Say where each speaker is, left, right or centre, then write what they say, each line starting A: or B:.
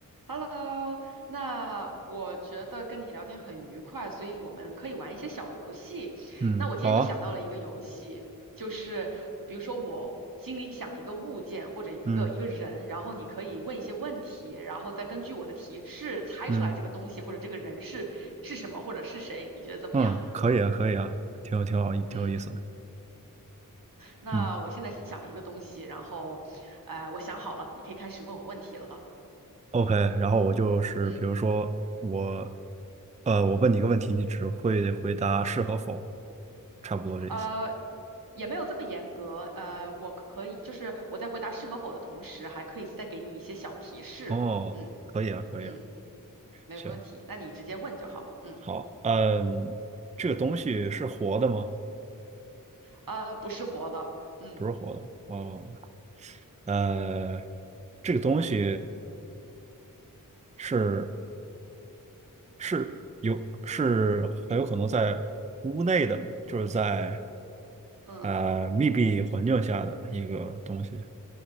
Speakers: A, on the right; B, on the right.
A: Hello，那我觉得跟你聊天很愉快，所以我们可以玩一些小游戏。
B: 嗯，
A: 那我今天就想到了一个游戏，
B: 好啊
A: 就是比如说我心里想一个物件或者一个一个人，
B: 嗯
A: 然后你可以问一些问题，然后再根据我的提示猜出来这个东西或者这个人是是什么或者是谁，
B: 嗯
A: 你觉得怎么样？
B: 嗯，可以啊，可以啊，挺有挺好，挺有意思的。
A: 嗯，那我现在想一个东西，
B: 嗯
A: 然后，呃，我想好了，你可以开始问我问题了。
B: ，OK，然后我就是比如说我，
A: 嗯。
B: 呃，我问你一个问题，你只会回答是和否，差不多这意思。
A: 呃，也没有这么严格。呃，我可以，就是我在回答是和否的同时，还可以再给你一些小提示。
B: 哦，
A: 嗯
B: 可以啊，可以啊，
A: 嗯，没问题，
B: 行，
A: 那你直接问就好。嗯，
B: 好，嗯，这个东西是活的吗？
A: 呃，不是活的。嗯
B: 不是活的。哦，呃，这个东西是是有是很有可能在屋内的吗，就是在。
A: 嗯
B: 呃，密闭环境下的一个东西，